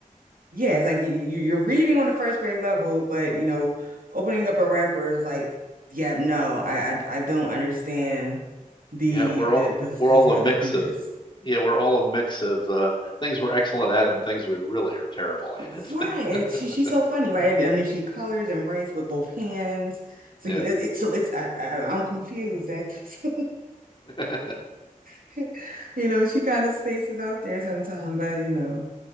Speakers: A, on the right; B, on the left.
A: Yeah, it's like you you- you're reading on the first grade level, but you know, opening up a wrapper is like, yeah, no, I I, I don't understand the
B: Yeah, we're
A: the
B: all
A: this
B: we're
A: is
B: all
A: how
B: a mix
A: they do
B: of
A: this.
B: yeah, we're all a mix of uh, things we're excellent at and things we really are terrible
A: Right.
B: at.
A: It, she she's so funny,
B: <laughs>
A: right? I mean, she colors and writes with both hands. So
B: Yeah.
A: you, it, so it's I, I, I'm confused. that. <laughs>
B: <laughs>
A: <laughs> You know, she kind of spaces out there sometimes, but you know,